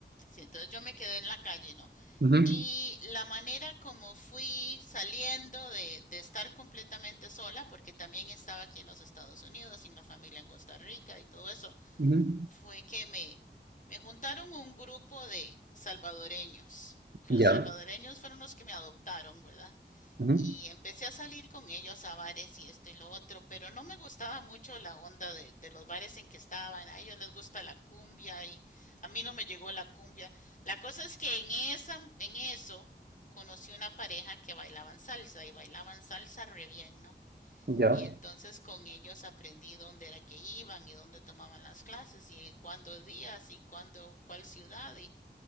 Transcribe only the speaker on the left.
sí, entonces yo me quedé en la calle, ¿no?
Y la manera como fui saliendo de, de estar completamente sola, porque también estaba aquí en los Estados Unidos y mi familia en Costa Rica y todo eso,
fue que me, me juntaron un grupo de salvadoreños. Y
los salvadoreños fueron los que me adoptaron, ¿verdad?
y empecé a salir con ellos a bares y esto y lo otro, pero no me gustaba mucho la onda de, de los bares en que estaban. A ellos les gusta la cumbia y a mí no me llegó la cumbia. La cosa es que en esa, en eso conocí una pareja que bailaban salsa y bailaban salsa re bien, ¿no?
Y entonces con ellos aprendí dónde era que iban y dónde tomaban las clases y cuándo días y cuándo cuál ciudad y